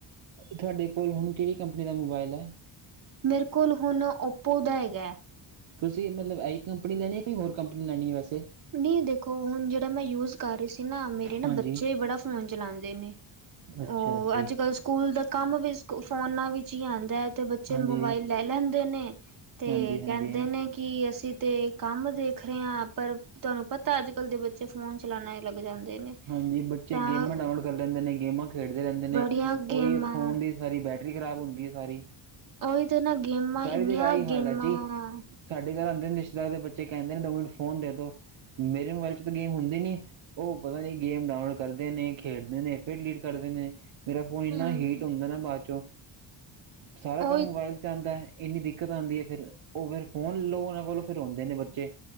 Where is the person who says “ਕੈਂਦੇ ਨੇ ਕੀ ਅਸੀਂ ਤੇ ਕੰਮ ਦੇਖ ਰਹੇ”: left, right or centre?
Right